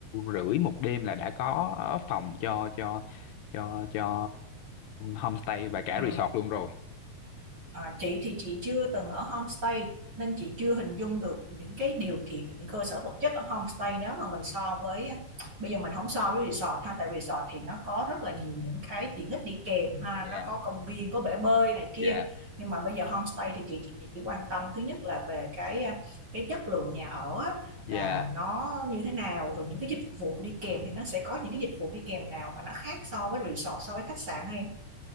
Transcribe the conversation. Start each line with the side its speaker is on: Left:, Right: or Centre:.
Left: rưỡi một đêm là đã có phòng cho cho cho cho homestay và cả
Right: ừ.
Left: resort luôn rồi
Right: À, chị thì chị chưa từng ở homestay nên chị chưa hình dung được những cái điều kiện cơ sở vật chất ở homestay đó mà mình so với à, bây giờ mình không so với resort ha tại resort thì nó có rất là nhiều những cái tiện ích đi kèm ha
Left: dạ
Right: nó có công viên có bể bơi này kia
Left: dạ
Right: nhưng mà bây giờ homestay thì chị chỉ quan tâm thứ nhất là về cái à, cái chất lượng nhà ở á,
Left: dạ
Right: là nó như thế nào rồi những cái dịch vụ đi kèm thì nó sẽ có những cái dịch vụ đi kèm nào mà nó khác so với resort so với khách sạn hay